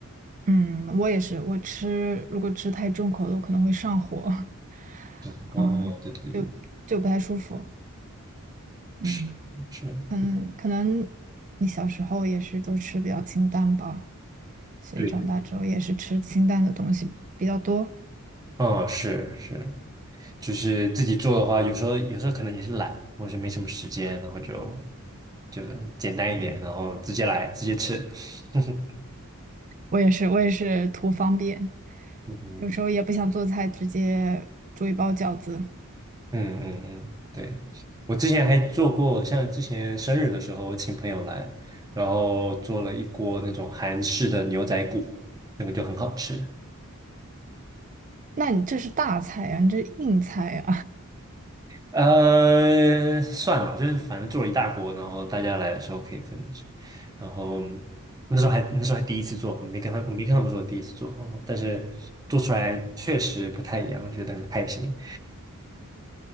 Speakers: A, on the right; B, on the right.
A: 嗯，我也是，我吃如果吃太重口的，我可能会上火，<laughs>
B: 然后哦，
A: 啊，
B: 对对对，
A: 就就不太舒服。嗯，
B: 是是，
A: 嗯，可能你小时候也是都吃比较清淡吧。所以长大之后也是吃清淡的东西比较多。
B: 对，嗯，是是，就是自己做的话，有时候有时候可能也是懒，或者是没什么时间，然后就就简单一点，然后直接来，直接吃。<laughs>
A: 我也是，我也是图方便，
B: 嗯哼
A: 有时候也不想做菜，直接煮一包饺子。
B: 嗯嗯嗯，对，我之前还做过，像之前生日的时候，我请朋友来，然后做了一锅那种韩式的牛仔骨，那个就很好吃。
A: 那你这是大菜啊，你这是硬菜
B: 呃，算了，就是反正做了一大锅，然后大家来的时候可以分着吃。然后那时候还那时候还第一次做，我没跟他我没跟他们说我第一次做，但是做出来确实不太一样，觉得很开心。